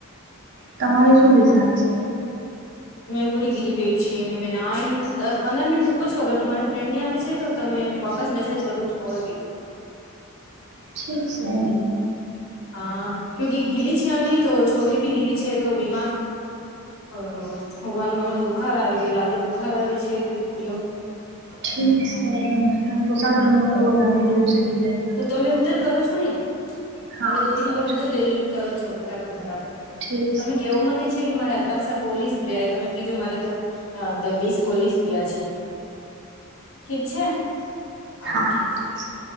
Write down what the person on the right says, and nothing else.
તમારો શું વિઝા છે?
ઠીક છે.
ઠીક છે. હ, તોશાલ બલા ન કોલ આવી રહ્યું છે ડિલરી.
હા
સાચું
ઠીક છે
ઠીક
હા
ઠીક છે